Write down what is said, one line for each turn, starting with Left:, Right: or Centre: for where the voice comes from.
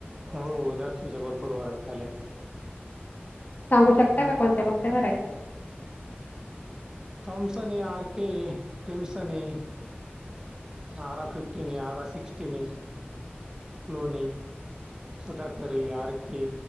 Right: हो द्राक्षांच्या भरपूर व्हरायटी आल्यात.
Left: सांगू शकता
Right: हं.
Left: का कोणत्या कोणत्या व्हरायटी
Right: थमसनी, आर केे, क्रिमसनी आरा फिफ्टीन ये, आरा सिक्स्टीन ये. क्लोनी, सुधाकरी, R K,